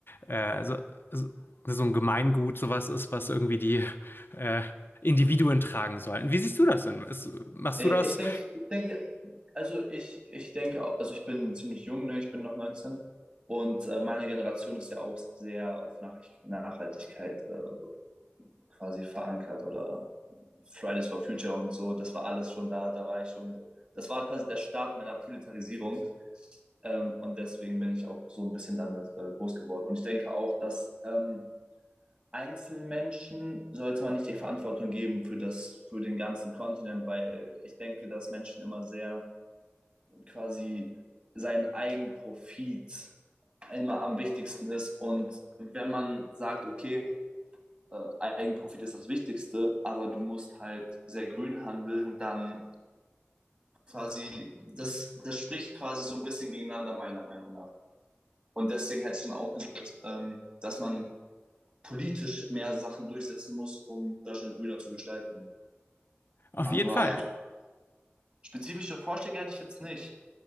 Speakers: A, on the left (about 55°); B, on the right (about 30°).
A: äh, so, so so ein Gemeingut sowas ist, was irgendwie die äh, Individuen tragen sollten. Wie siehst du das denn? Ist, machst
B: Äh,
A: du das
B: ich denke, ich denke, also ich, ich denke, auch- also ich bin ziemlich jung, ne? Ich bin noch neunzehn Und äh, meine Generation ist ja auch sehr auf Nachricht Nachhaltigkeit äh, quasi verankert oder Fridays for Future und so. Das war alles schon da, da war ich schon so. Das war quasi der Start meiner Proletarisierung. Ähm, und deswegen bin ich auch so ein bisschen damit äh, groß geworden. Und ich denke auch, dass ähm, Einzelmenschen sollte man nicht die Verantwortung geben für das, für den ganzen Kontinent, weil ich denke, dass Menschen immer sehr quasi seinen Eigenprofit immer am wichtigsten ist. Und wenn man sagt, okay, äh, Eigenprofit ist das Wichtigste, aber du musst halt sehr grün handeln, dann quasi, das, das spricht quasi so ein bisschen gegeneinander, meiner Meinung nach. Und deswegen hätte ich dann auch gesagt, ähm, dass man politisch mehr Sachen durchsetzen muss, um Deutschland grüner zu gestalten.
A: auf
B: Aber
A: jeden Fall?
B: Spezifische Vorschläge hätte ich jetzt nicht.